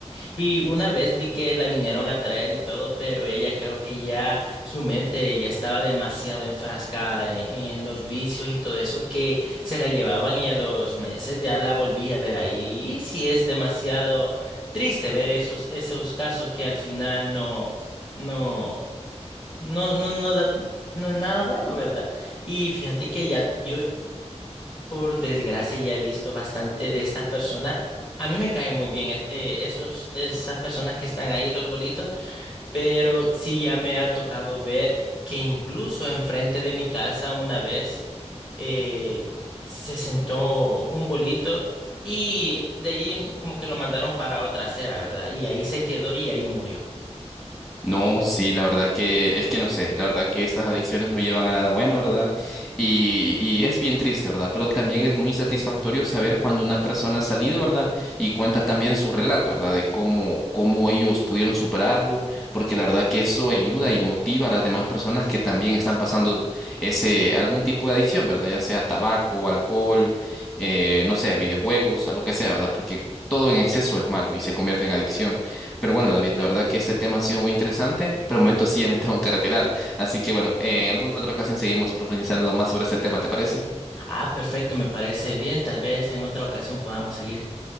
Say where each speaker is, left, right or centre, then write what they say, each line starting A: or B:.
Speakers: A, on the left; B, on the left.
A: y una vez vi que la vinieron a traer y todo, pero ella creo que ya su mente ya estaba demasiado enfrascada en, en los vicios y todo eso que se la llevaban y a los meses ya la volví a ver ahí. Y sí es demasiado triste ver esos, esos casos que al final no, no, no, no, no da no, nada bueno, ¿verdad? Y fíjate que ya yo por desgracia ya he visto bastante de estas personas. A mí me caen muy bien es- eh, esos, esas personas que están ahí, los bolitos, pero sí ya me ha tocado ver que incluso enfrente de mi casa una vez eh, se sentó un bolito y de ahí como que lo mandaron para otra acera, ¿verdad? Y ahí se quedó y ahí murió.
B: No, sí, la verdad que es que no sé, la verdad que estas adicciones no llevan a nada bueno, ¿verdad? Y, y es bien triste, ¿verdad? Pero también es muy satisfactorio saber cuando una persona ha salido, ¿verdad? Y cuenta también su relato, ¿verdad? De cómo, cómo ellos pudieron superarlo, porque la verdad que eso ayuda y motiva a las demás personas que también están pasando ese, algún tipo de adicción, ¿verdad? Ya sea tabaco, alcohol, eh, no sé, videojuegos, a lo que sea, ¿verdad? Porque todo en exceso es malo y se convierte en adicción. Pero bueno, David, la verdad que este tema ha sido muy interesante, pero de momento sí ya me <laughs> tengo que retirar. Así que bueno, eh, en alguna otra ocasión seguimos profundizando más sobre este tema, ¿te parece?
A: Ah, perfecto, me parece bien. Tal vez en otra ocasión podamos seguir.